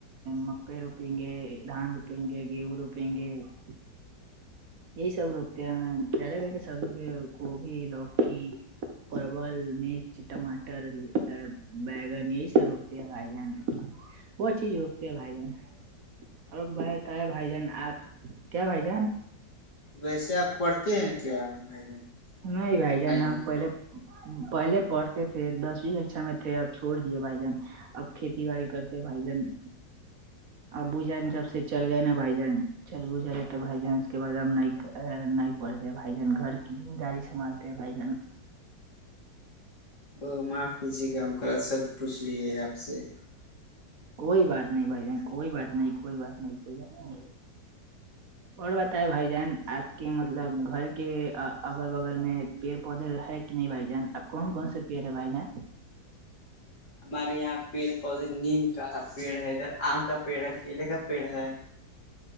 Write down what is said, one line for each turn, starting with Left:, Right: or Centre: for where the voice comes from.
Right: مکئی روپیں گے دھان روپیں گے گیہ روپیں گے- <inaudible> سب روکتے ہیں زیادہ کر کے سبزی میں گوبھی لوکی- پرول، مرچ، ٹماٹر بیگ سے روک دیا بھائی جان - وہ چیز روکتے ہے بھائی جان اور بائی- کیا بھائی جان آپ کیا بھائی جان-
Left: ویسے اپ پڑھتے ہیں کیا میں نے
Right: نہیں
Left: بھائی
Right: ہم
Left: جان?
Right: پہلے پہلے پڑھتے تھے، دسویں ککشا میں تھے اب چھوڑ دیے بھائی جان- اب کھیتی باڑی کرتے بھائی جان- ابو جان جب سے چل گئے نا بھائی جان چل گز رہے تو بھائی جان اس کے بعد ہم نہیں کر- نہیں پڑھتے بھائی جن گھر کی ذمہ داری سبھالتے بھائی جن-
Left: وہ معاف کیجیے گا ہم غلط شبد پوچھ لیے آپ سے-
Right: کوئی بات نہیں بھائی ج کوئی بات نہیں کوئی بات نہیں کوئی بات نہیں- اور بتاائے بھائی جان آپ کے مطلب گھر کے اگل بغل میں- پیڑ پودے ہے کہ نہیں بھائی جان اب کون کون سے پیڑ ہے بھائی جان-
Left: ہمارے یہاں پیڑ پودے نیم کا پیڑ ہے ادھر آم کا پیڑ ہے کیلے کا پیڑ ہے-